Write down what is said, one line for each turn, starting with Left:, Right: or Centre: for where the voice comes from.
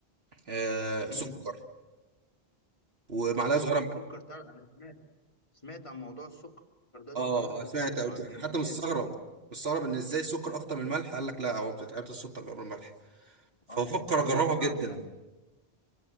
Right: آه سكر
Left: امم
Right: ومعلقة صغيرة
Left: اه السكر تعرف انا سمعت سمعت عن موضوع السكر ده انه
Right: اه
Left: بيظبط
Right: سمعت
Left: في المعجنات
Right: أو- حتى مستغرب
Left: جامد يعني.
Right: مستغرب ان ازاي السكر اكتر من الملح قال لك لا هو بتتعبت السكر اكتر من الملح فبفكر
Left: اه ويقول
Right: اجربها
Left: لك شعرة
Right: جدا
Left: ملح